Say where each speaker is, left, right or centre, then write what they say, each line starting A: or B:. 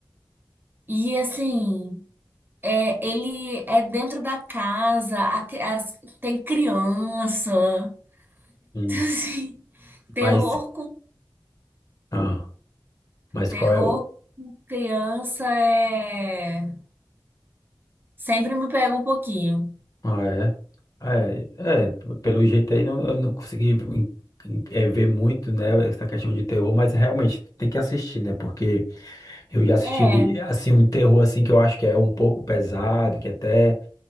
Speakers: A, on the right; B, on the left.
A: E assim. É, ele é dentro da casa, a cri- as- tem criança. <laughs>
B: Hum.
A: Assim, terror
B: Mas,
A: com
B: ah, mas
A: terror
B: qual é o.
A: com criança é sempre me pega um pouquinho.
B: Ah, é? Ah, É, é, pelo jeito aí não, eu não consegui em- em- é, ver muito, né, essa questão de terror, mas realmente tem que assistir, né? Porque Eu já assisti
A: É,
B: ele, assim, um terror, assim, que eu acho que é um pouco pesado, que até